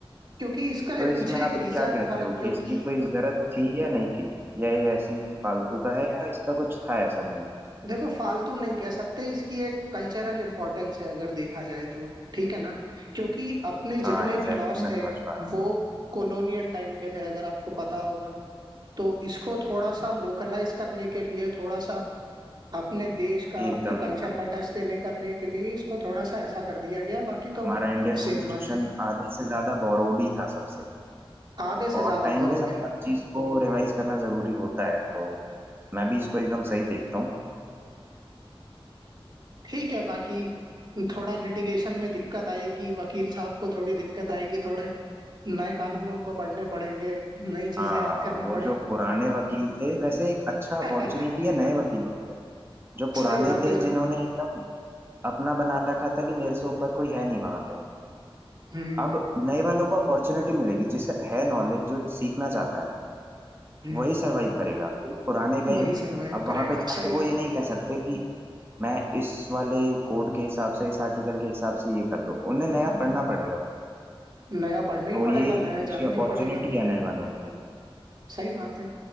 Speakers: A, on the right; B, on the right.
A: क्योंकि इसका
B: तो इसमें
A: पीछे एक
B: आप
A: रीजन
B: क्या कहते
A: था
B: हो
A: क्योंकि
B: कि इसकी कोई जरूरत थी या नहीं थी या ये ऐसी फालतू का है या इसका कुछ था ऐसा नीड
A: देखो फालतू नहीं कह सकते इसकी एक कल्चरल इंपॉर्टेंस है अगर देखा जाए तो ठीक है ना क्योंकि अपने
B: हाँ
A: जितने
B: एग्जैक्टली
A: भी लॉस
B: मैं
A: थे
B: समझ पा रहा हूँ
A: वो कॉलोनियल टाइम के थे अगर आपको पता होगा तो इसको थोड़ा सा लोकलाइज करने के लिए थोड़ा सा अपने देश का
B: एकदम
A: अपने कल्चर
B: एकदम
A: का टच देने करने के लिए इसको थोड़ा सा ऐसा कर दिया गया बाकी तो
B: हमारा इंडियन
A: सेम
B: कॉन्स्टिट्यूशन
A: बात है
B: आधे से ज्यादा बोरोड ही था सबसे
A: आधे से
B: और
A: ज्यादा
B: टाइम
A: बोरोड
B: के साथ
A: है
B: हर चीज को रिवाइज करना जरूरी होता है तो मैं भी इसको एकदम सही देखता हूँ
A: ठीक है बाकी थोड़ा लिटिगेशन में दिक्कत आएगी वकील साहब को थोड़ी दिक्कत आएगी थोड़ा नए कानून उनको पढ़ने पड़ेंगे नई चीजें
B: हाँ
A: याद करनी
B: वो
A: पड़ेगी
B: जो पुराने वकील थे वैसे एक अच्छा अपॉर्चुनिटी
A: <laughs>
B: है नए वकीलों के लिए जो पुराने
A: सही बात
B: थे
A: है जो
B: जिन्होंने एकदम अपना बना रखा था कि मेरे से ऊपर कोई है नहीं वहां पे
A: हम्म
B: अब नए वालों को अपॉर्चुनिटी मिलेगी जिसे है नॉलेज जो सीखना चाहता है
A: हम्म
B: वही सरवाइव करेगा तो पुराने गए
A: वही सरवाइव
B: अब
A: करेगा
B: वहां पे जाके
A: सही बात
B: वो ये नहीं कह सकते कि मैं इस वाले कोड के हिसाब से इस आर्टिकल के हिसाब से ये कर दो उन्हें नया पढ़ना पड़ेगा भाई
A: है नया पढ़ना ही
B: तो ये
A: पड़ेगा
B: एक
A: नया
B: अच्छी
A: जानना
B: अपॉर्चुनिटी
A: ही पड़ेगा
B: है नए वालों के लिए
A: सही बात है